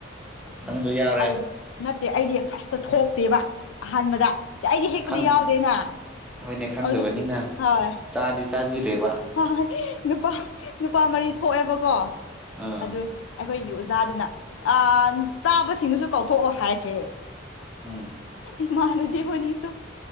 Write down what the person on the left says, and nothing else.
ꯑꯗꯨꯗꯤ ꯅꯠꯇꯦ ꯑꯩꯗꯤ ꯐꯥꯔꯁꯇꯥ ꯊꯣꯛꯇꯦꯕ ꯑꯍꯥꯟꯕꯗ ꯑꯩꯗꯤ ꯍꯦꯛꯄꯗꯤ
ꯌꯥꯎꯗꯦꯅ
ꯑꯗꯨ ꯍꯣꯏ
ꯍꯣꯏ ꯅꯨꯄꯥ ꯅꯨꯄꯥ ꯃꯔꯤ ꯊꯣꯛꯑꯦꯕꯀꯣ
ꯑꯗꯨ ꯑꯩꯈꯣꯏꯒꯤ ꯑꯣꯖꯥꯗꯨꯅ ꯑꯥ ꯆꯥꯕꯁꯤꯡꯗꯨꯁꯨ ꯀꯧꯊꯣꯛꯑꯣ ꯍꯥꯏꯈ꯭ꯔꯦ
ꯏꯃꯥꯅꯕꯤ ꯍꯣꯅꯤꯁꯨ